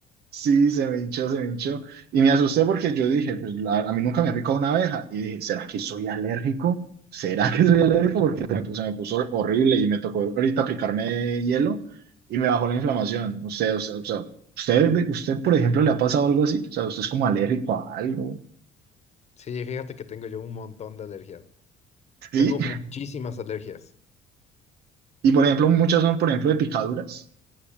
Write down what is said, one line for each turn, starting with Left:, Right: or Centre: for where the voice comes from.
Right: Sí, se me hinchó, se me hinchó. Y me asusté porque yo dije, pues la- a mí nunca me ha picado una abeja. Y dije, ¿será que soy alérgico? ¿Será que soy alérgico? Porque se me, pu- se me puso horrible y me tocó ahorita aplicarme hielo y me bajó la inflamación. Usted, o sea, o sea, usted, usted, por ejemplo, ¿le ha pasado algo así? O sea, ¿usted es como alérgico a algo?
Left: Sí, fíjate que tengo yo un montón de alergias.
Right: Sí.
Left: Tengo muchísimas alergias.
Right: Y, por ejemplo, muchas son, por ejemplo, de picaduras.